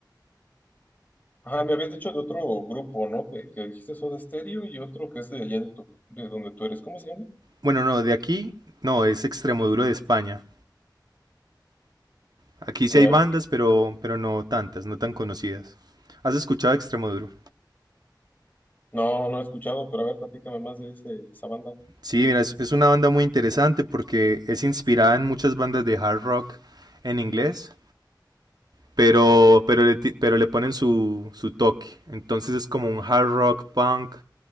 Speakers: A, on the left; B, on the right.
A: Ajá, me habías dicho de otro grupo, ¿no? Que, que dijiste Soda Stereo y otro que es de allá de, tu- de donde tú eres. ¿Cómo se llama?
B: Bueno, no, de aquí, no, es extremoduro de España. Aquí sí
A: Ya-
B: hay bandas, pero, pero no tantas, no tan conocidas. ¿Has escuchado Extremoduro?
A: No, no he escuchado, pero a ver, platícame más de ese, de esa banda.
B: Sí, mira, es, es una banda muy interesante porque es inspirada en muchas bandas de hard rock en inglés, pero, pero, le, ti- pero le ponen su, su toque. Entonces es como un hard rock punk.